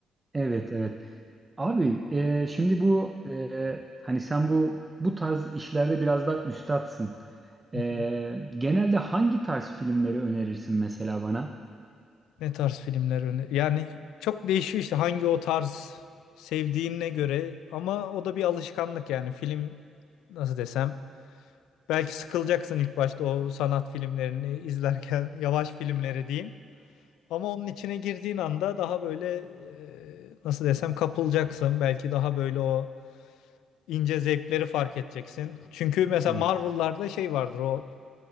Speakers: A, on the right; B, on the left.
A: Evet, evet. Abi e, şimdi bu e, hani sen bu bu tarz işlerde biraz daha üstatsın.
B: <laughs>
A: E, genelde hangi tarz filmleri önerirsin mesela bana?
B: Ne tarz filmler öne... Yani çok değişiyor işte hangi o tarz sevdiğine göre ama o da bir alışkanlık yani film nasıl desem belki sıkılacaksın ilk başta o sanat filmlerini izlerken <laughs> yavaş filmleri diyeyim. Ama onun içine girdiğin anda daha böyle e, nasıl desem kapılacaksın. Belki daha böyle o ince zevkleri fark edeceksin. Çünkü mesela
A: Evet.
B: Marvel'larda şey vardır o